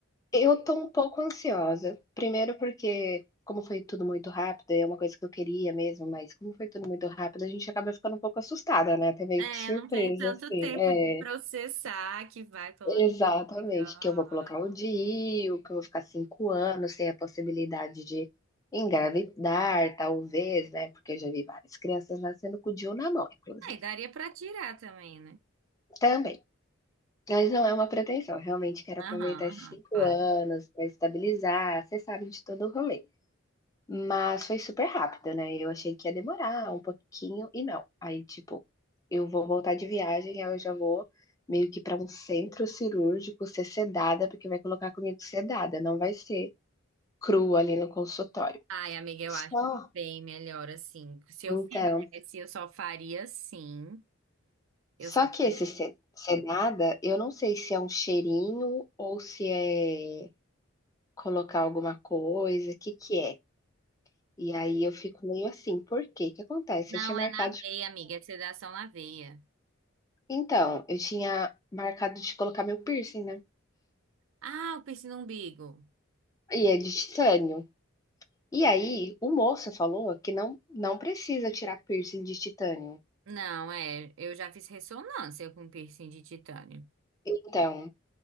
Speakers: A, on the left; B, on the right.
A: Eu tô um pouco ansiosa. Primeiro porque, como foi tudo muito rápido, e é uma coisa que eu queria mesmo, mas como foi tudo muito rápido, a gente acaba ficando um pouco assustada, né, até meio
B: é,
A: que surpresa,
B: não tem tanto
A: assim.
B: tempo
A: É,
B: de processar que vai colocar.
A: exatamente.
B: Ah,
A: Que eu vou colocar o DIU, que eu vou ficar 5 anos sem a possibilidade de engravidar, talvez, né, porque eu já vi várias crianças nascendo com o DIU na mão, inclusive,
B: e daria pra tirar também, né?
A: também. Mas não é uma pretensão, Eu realmente quero
B: Aham,
A: aproveitar esses
B: aham,
A: 5
B: claro.
A: anos para estabilizar, você sabe de todo o rolê. Mas foi super rápido, né, eu achei que ia demorar um pouquinho e não, aí tipo, eu vou voltar de viagem, aí eu já vou meio que para um centro cirúrgico ser sedada, porque vai colocar comigo sedada, não vai ser crua ali no consultório.
B: Ai, amiga, eu
A: Só
B: acho bem melhor assim. Se eu
A: então,
B: fizesse, eu só faria assim. Eu
A: só
B: só
A: que
B: faria.
A: esse se sedada, eu não sei se é um cheirinho ou se é colocar alguma coisa, O que que é? E aí eu fico meio assim, por quê? O Que acontece?
B: Não,
A: Eu tinha marcado
B: é na veia, amiga, é sedação na veia.
A: Então, eu tinha marcado de colocar meu piercing, né.
B: Ah, o piercing no umbigo.
A: E é de titânio. E aí, o moço falou que não não precisa tirar piercing de titânio.
B: Não, é, eu já fiz ressonância com piercing de titânio.
A: Então,